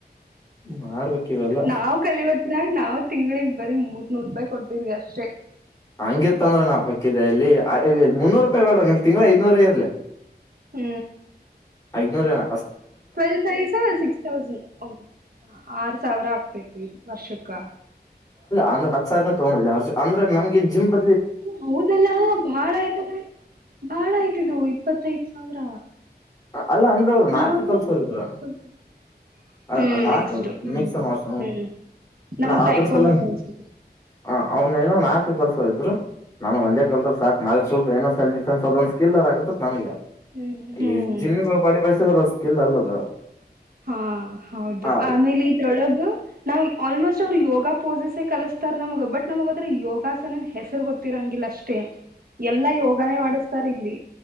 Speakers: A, on the left (about 20°); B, on the right (about 60°).
A: ಮಾಡ್ಬೇಕ್ ಇವೆಲ್ಲ
B: ನಾವ್ ಕಲಿವತ್ ನ ನಾವ್ ಅ ತಿಂಗಳಿಗೆ ಬರೀ ಮೂರ್ನೂರು ರೂಪಾಯಿ ಕೊಡ್ತಿದ್ವಿ ಅಷ್ಟೇ.
A: ಹಂಗಿತ್ತ ಅಂದ್ರ ನಾವ್ ಹೊಕಿದ್ದೆ ಅಲ್ಲಿ ಮುನ್ನೂರು ರೂಪಾಯಿ ಬೇಡ ನಂಗ್ ತಿಂಗಳ ಐದನೂರು ಇರ್ಲಿ
B: ಹ್ಮ್
A: ಐದ್ನೂರ ನ
B: ಟ್ವೆಲ್ ೈವ ಸಿಕ್ಸ್ ತೌಸ್ ಹ ಆರು ಸಾವಿರ ಆಗ್ತೇತ್ರಿ ವರ್ಷಕ್ಕ
A: ಅಂದ್ರ ಹ ಸಿರನ ತಗೊಂಡಿಿಲ್ಲ ಅರ್ ಅ್ರ ನಮಗೆ ಜಿಂಪ್
B: ಹೌದಲ್ಲ ಬಾಳ ಆಯ್ತಲ್ಲ ಬಾಳ ಆಯ್ತಿದು ಇಪ್ಪತ್ತೈದ ಸಾವಿರ
A: ಅಲ್ಲ ಅಂದ್ರ ಅವರು ನಾಲ್ಕ
B: ನಾವೆಲ್ಲ
A: ಕಲ್ಸೋರಿದ್ರ
B: ಯಾಕ್ ತಕೊಳ್ತೀವಿ.
A: ಹ
B: ಹ್ಮ್
A: ನಾಕ
B: ಮಿಕ್ಸ್ಡ್ ಹ್ಮ್
A: ಮಿಸ ಮೋಸ
B: ನಮಗ್
A: ನಾ
B: ಟೈಕೊಂಡ
A: ಅ್ರ ಸಲ
B: ಕಲ್ಸಿದ್ರು
A: ಹ ಅವನ ಏನುೋ ನ ಕ ಕಲ್ಸೋ ಇದ್ರು ನಾನು ಒಂದೇ ಕಲ್ದರ್ ಸಾಕಕ್ ಸ್ವಲ್ಪ ಏನೋ ಸ ಫೆಂಡಸ್ ಅದೊಂದ್ ಸ್ಕಿಲ್ರ್ ಆಗತತ್ ನನಗೆ
B: ಹ್ಮ್ ಹ್ಮ್
A: ಈ ಜಿಮ್ಮ ಬಾಡಿ ಬಯಸಿದ್ರ ಸ್ಕಿಲ್ ಅಲ್ಲದು
B: ಹಾ ಹೌದು
A: ಹ
B: ಆಮೇಲೆ ಇದ್ರೊಳಗ ನಾವ್ ಆಲ್ಮೋಸ್ಟ್ ಅವ್ರು ಯೋಗ ಪೋಸಸೇ ಕಲಿಸಸ್ತಾರ ನಮಗ ಬಟ್ ನಮಗದ್ರೆ ಯೋಗಾಸನನ್ ಹೆಸರು ಗೊತ್ತಿರಂಗಿಲ್ಲ ಅಷ್ಟೇ ಎಲ್ಲಾ ಯೋಗಾನೇ ಮಾಡಿಸತಾರ್ ಇಲ್ಲಿ